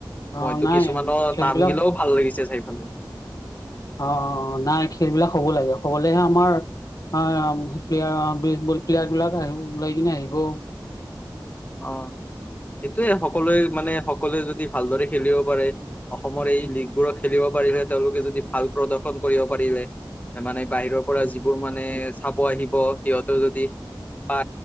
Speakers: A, on the left; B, on the left.
A: অ
B: মইতো
A: নাই
B: কিছুমানৰ
A: খেলবিলাক
B: নাম গিলেও ভাল লাগিছে চাইফালে।
A: অ', অ', অ', নাই খেলবিলাক হ'ব লাগে, হ'বলৈহে আমাৰ আ, বপ্লেয়াৰ বেচবল প্লেয়াৰ বিলাক আহিব, ওলাই কিনে আহিব।
B: অ', সেইটোয়ে। সকলোৱে মানে সকলোৱে যদি ভালদৰে খেলিব পাৰে অসমৰ এই লীগবোৰক খেলিব পাৰিলে তেওঁলোকে যদি ভাল প্ৰদৰ্শন কৰিব পাৰিলে মানে বাহিৰৰ পৰা যিবোৰ মানে, চাব আহিব সিহঁতেও যদি বা